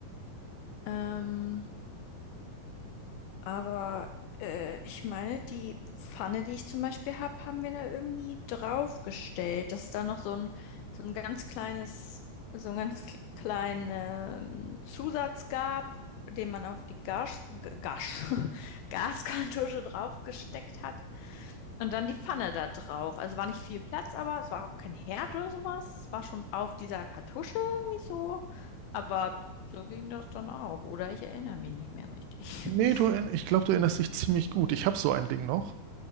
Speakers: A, on the left (about 80°); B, on the right (about 90°).
A: Ähm, Aber äh, ich meine, die Pfanne, die ich zum Beispiel habe, haben wir da irgendwie draufgestellt, dass da noch so ein, so ein ganz kleines, so ein ganz k- kleinen Zusatz gab, den man auf die Gas, G- Gas, <laughs> Gaskartusche draufgesteckt hat. Und dann die Pfanne da drauf. Also war nicht viel Platz, aber es war auch kein Herd oder sowas. Es war schon auf dieser Kartusche irgendwie so. Aber so ging das dann auch. Oder ich erinnere mich nicht mehr richtig.
B: Nee,
A: <laughs>
B: du, erinn- ich glaube, du erinnerst dich ziemlich gut. Ich habe so ein Ding noch.